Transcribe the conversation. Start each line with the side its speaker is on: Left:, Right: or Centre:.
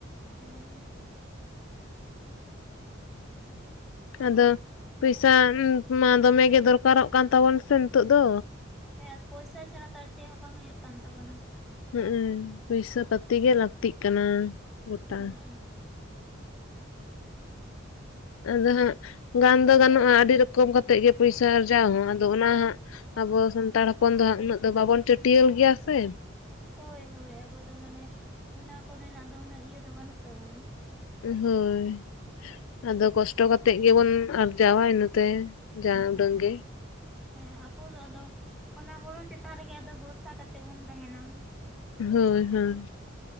Centre: ᱦᱮᱸ
Left: ᱟᱫᱚ ᱯᱚᱭᱥᱟ ᱢᱟ ᱫᱚᱢᱮᱜ ᱜᱮ ᱫᱚᱨᱠᱟᱨᱚᱜ ᱠᱟᱱ ᱛᱟᱵᱚᱱᱟ ᱥᱮ ᱱᱤᱛᱚᱜ ᱫᱚ᱾
Centre: ᱦᱮᱸ ᱟᱨ ᱯᱚᱭᱥᱟ ᱪᱷᱟᱲᱟ ᱛᱚ ᱟᱨ ᱪᱮᱫ ᱦᱚᱸ ᱵᱟᱝ ᱦᱩᱭᱩᱜ ᱠᱟᱱ ᱛᱟᱵᱚᱱᱟ
Left: ᱦᱩᱸᱜᱩ ᱯᱚᱭᱥᱟ ᱯᱟᱛᱤ ᱜᱮ ᱞᱟᱹᱠᱛᱤᱜ ᱠᱟᱱᱟ᱾ ᱜᱚᱴᱟ
Centre: ᱦᱮᱸ ᱟ
Left: ᱟᱫᱚ ᱦᱟᱸᱜ ᱜᱟᱱ ᱫᱚ ᱜᱟᱱᱚᱜᱼᱟ ᱟᱹᱰᱤ ᱨᱚᱠᱚᱢ ᱠᱟᱛᱮᱜ ᱜᱮ ᱯᱚᱭᱥᱟ ᱟᱨᱡᱟᱣ ᱦᱚᱸ ᱟᱫᱚ ᱚᱱᱟ ᱦᱟᱸᱜ ᱟᱵᱚ ᱥᱟᱱᱛᱟᱲ ᱦᱚᱯᱚᱱ ᱫᱚ ᱦᱟᱸᱜ ᱩᱱᱟᱹᱜ ᱫᱚ ᱵᱟᱵᱚᱱ <unintelligible> ᱜᱮᱭᱟ ᱥᱮ
Centre: ᱦᱳᱭ ᱦᱳᱭ ᱟᱵᱚ ᱢᱟᱱᱮ ᱚᱱᱟ ᱠᱚᱨᱮᱱᱟᱜ ᱫᱚ ᱩᱱᱟᱹᱜ ᱤᱭᱟᱹ ᱫᱚ ᱵᱟᱹᱱᱩᱜ ᱛᱟᱵᱚᱱᱟ᱾
Left: ᱦᱳᱭ ᱟᱫᱚ ᱠᱚᱥᱴᱚ ᱠᱟᱛᱮᱜ ᱜᱮᱵᱚᱱ ᱟᱨᱡᱟᱣᱟ ᱤᱱᱟᱹᱛᱮ ᱡᱟ ᱩᱰᱟᱹᱝ ᱜᱮ
Centre: ᱦᱮᱸ ᱟᱵᱚ ᱫᱚ ᱟᱫᱚ ᱚᱱᱟ ᱦᱩᱲᱩ ᱪᱮᱛᱟᱱ ᱨᱮᱜᱮ ᱟᱫᱚ ᱵᱚᱨᱥᱟ ᱠᱟᱛᱮᱜ ᱵᱚᱱ ᱛᱟᱦᱮᱱᱟ᱾
Left: ᱦᱳᱭ ᱦᱳᱭ